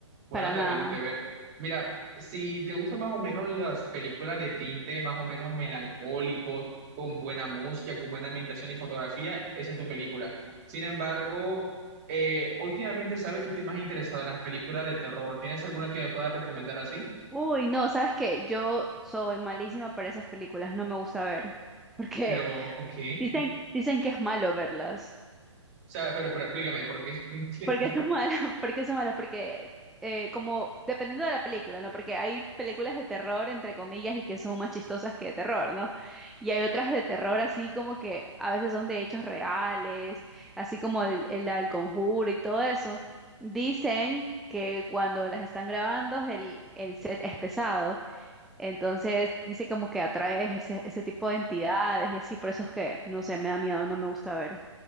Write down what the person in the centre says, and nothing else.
Para
nada.
Uy, no, ¿sabes qué? Yo soy malísima para esas películas, no me gusta ver. Porque
dicen, dicen que es malo verlas.
¿Por qué son malos? <laughs> ¿Por qué son malos? Porque eh, como dependiendo de la película, ¿no? Porque hay películas de terror, entre comillas, y que son más chistosas que de terror, ¿no? Y hay otras de terror así como que a veces son de hechos reales, así como el, el, la del Conjuro y todo eso. Dicen que cuando las están grabando el, el set es pesado, entonces dice como que atrae ese, ese tipo de entidades y así, por eso es que, no sé, me da miedo, no me gusta ver.